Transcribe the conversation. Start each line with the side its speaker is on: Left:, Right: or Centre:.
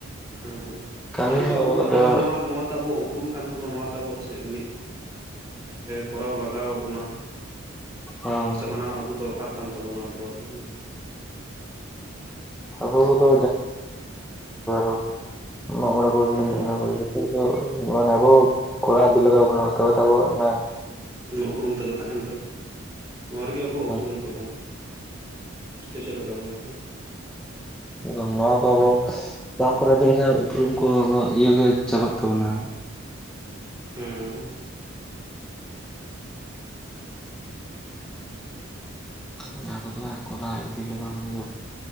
Right: ᱦᱩᱸ
Centre: ᱠᱟᱹᱢᱤ
Right: ᱠᱤᱱᱛᱩ
Centre: ᱢᱟ ᱟᱵᱚ
Right: ᱟᱵᱚᱣᱟᱜ
Centre: ᱫᱚ
Right: ᱱᱚᱣᱟ ᱱᱚᱣᱟᱛᱮ ᱟᱵᱚᱣᱟᱜ ᱩᱯᱨᱩᱢ ᱠᱟᱱ ᱛᱟᱵᱚ ᱱᱚᱣᱟᱛᱮ ᱟᱵᱚ ᱫᱟᱥᱮᱫ ᱢᱤᱜ ᱠᱚᱨᱟᱣ ᱞᱟᱜᱟᱣ ᱵᱚᱱᱟ᱾
Centre: ᱦᱮᱸ
Right: ᱥᱮ ᱢᱟᱱᱟᱣ ᱟᱹᱜᱩ ᱫᱚᱨᱠᱟᱨ ᱠᱟᱱ ᱛᱟᱵᱚᱱᱟ ᱟᱵᱚᱣᱟᱜ ᱫᱚ,
Centre: ᱟᱵᱚ ᱠᱚᱫᱚ <unintelligible> ᱢᱟᱜ ᱢᱚᱬᱮ ᱠᱚ <unintelligible>
Right: ᱦᱩᱸ
Centre: ᱟᱵᱚ ᱫᱚ ᱢᱟᱱᱮ ᱟᱵᱚ ᱠᱚᱲᱟᱣ ᱫᱤ ᱞᱟᱜᱟᱣ ᱟᱵᱚᱱᱟ ᱛᱚᱵᱮ ᱛᱚ ᱟᱵᱚ ᱱᱟ
Right: ᱱᱚᱣᱟ ᱩᱯᱨᱩᱢ ᱛᱮᱫᱚ ᱛᱟᱦᱮᱱ ᱛᱮ ᱱᱚᱣᱟ ᱨᱮᱜᱮ ᱟᱵᱚ ᱩᱯᱨᱩᱢ
Centre: ᱦᱮᱸ
Right: ᱛᱟᱵᱚᱱ᱾ ᱥᱮ ᱪᱮᱜ ᱞᱮᱠᱟ ᱜᱚᱝᱠᱮ?
Centre: ᱮᱫᱚᱢ ᱱᱚᱣᱟ ᱠᱚ
Right: ᱦᱩᱸ
Centre: ᱟᱵᱚ ᱵᱟᱝ ᱠᱚ ᱨᱮᱵᱮᱱ ᱠᱷᱟᱱ ᱩᱯᱨᱩᱢ ᱠᱚ ᱟᱫᱚ ᱤᱭᱟᱹ ᱜᱮ ᱪᱟᱵᱟᱜ ᱛᱟᱵᱚᱱᱟ᱾
Right: ᱦᱩᱸ᱾
Centre: ᱚᱱᱟ ᱠᱚᱫᱚ ᱦᱟᱸᱜ ᱠᱚᱨᱟᱣ ᱤᱫᱤ ᱞᱟᱜᱟᱣ ᱵᱚᱱ ᱜᱮᱭᱟ,